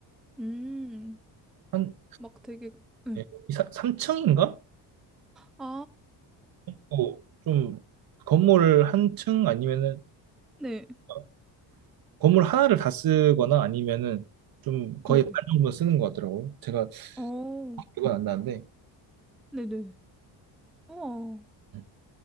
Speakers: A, in the centre; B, on the right (about 50°).
A: 음,
B: 한,
A: 막 되게, 네.
B: 예, 이 사- 3층인가?
A: 아,
B: 또 좀, 건물 한 층 아니면은,
A: 네,
B: 어, 건물 하나를 다 쓰거나 아니면은, 좀 거의
A: 네네.
B: 반 정도 쓰는 것 같더라고요. 제가
A: 어,
B: 이건 안 나는데,
A: 네네. 우와,
B: 음,